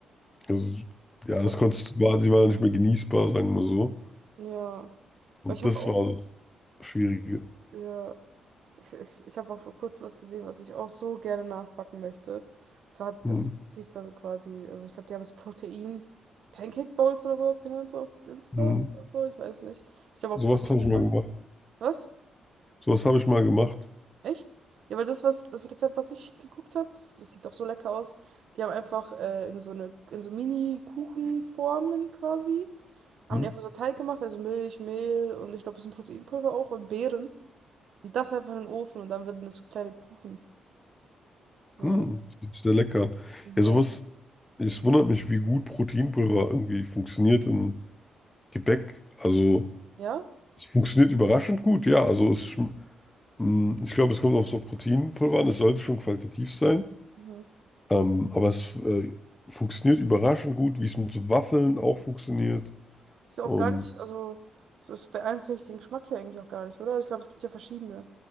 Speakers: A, on the left (about 15°); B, on the right (about 65°).
A: also, ja,
B: Boah.
A: das konntest, du, war, sie war nicht mehr genießbar, sagen wir so.
B: Ja.
A: Und
B: Aber ich habe
A: das
B: auch,
A: war das Schwierige.
B: ja. Ich, ich, ich habe auch vor kurzem was gesehen, was ich auch so gerne nachbacken möchte. Und zwar hat
A: Hm,
B: das, das hieß da so quasi, also ich glaube, die haben es Protein Pancake Bowls oder sowas genannt, so auf Insta
A: hm.
B: oder so, ich weiß nicht. Ich glaube
A: Sowas
B: auch Protein.
A: habe ich mal gemacht.
B: Was?
A: Sowas habe ich mal gemacht.
B: Echt? Ja, weil das, was, das Rezept, was ich geguckt habe, das, das sieht doch so lecker aus. Die haben einfach äh, in so eine, in so Mini-Kuchenformen quasi, haben
A: Hm,
B: die einfach so Teig gemacht, also Milch, Mehl und ich glaube, ein bisschen Proteinpulver auch und Beeren. Und das einfach in den Ofen und dann werden das so kleine Kuchen. So.
A: hm. Das hört sich Sehr lecker. an.
B: Ja.
A: Ja, sowas, es wundert mich, wie gut Proteinpulver irgendwie funktioniert in Gebäck. Also,
B: Ja?
A: es funktioniert überraschend gut, ja. Also, es, schm- hm, ich glaube, es kommt auf so Proteinpulver an. Es sollte schon qualitativ sein.
B: Mhm.
A: Ähm, aber es äh, funktioniert überraschend gut, wie es mit so Waffeln auch funktioniert.
B: Ist ja
A: Und
B: auch gar nicht, also, so es beeinträchtigt den Geschmack ja eigentlich auch gar nicht, oder? Ich glaube, es gibt ja verschiedene.